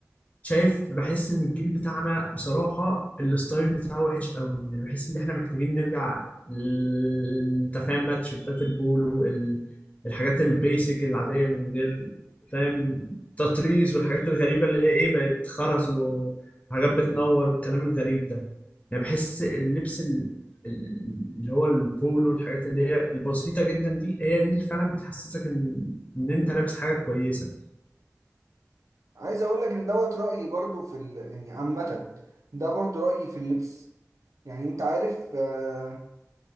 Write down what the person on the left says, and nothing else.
شايف بحس ان الجيل بتاعنا بصراحة الستايل بتاعه وحش قوي يعني بحس ان احنا محتاجين نرجع ل- انت فاهم بقى تيشيرتات البولو ال- الحاجات البيسك العادية اللي من غير فاهم تطريز والحاجات الغريبة اللي هي ايه بقت خرز و- وحاجات بتنور والكلام الغريب ده يعني بحس اللبس ال- ال- اللي هو البولو والحاجات اللي هي البسيطة جدا دي هي دي اللي فعلا بتحسسك ان ان انت لابس حاجة كويسة